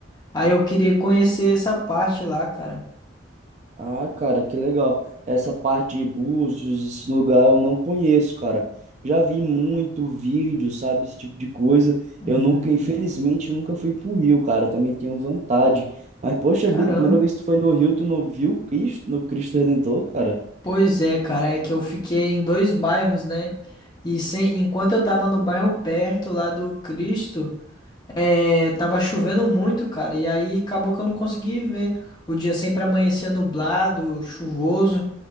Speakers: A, on the left; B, on the right.
A: Aí eu queria conhecer essa parte lá, cara.
B: Ah, cara, que legal. Essa parte de Búzios, esse lugar eu não conheço, cara. Já vi muito vídeo, sabe, esse tipo de coisa.
A: Uhum.
B: Eu nunca, infelizmente, eu nunca fui pro Rio, cara. Eu também tenho vontade. Mas, poxa
A: Caramba.
B: vida, a primeira vez que tu foi no Rio, tu não viu o Cristo, no Cristo Redentor, cara?
A: Pois é, cara, é que eu fiquei em dois bairros, né? E sem, enquanto eu tava no bairro perto lá do Cristo. É, tava chovendo muito, cara, e aí acabou que eu não consegui ver. O dia sempre amanhecia nublado, chuvoso,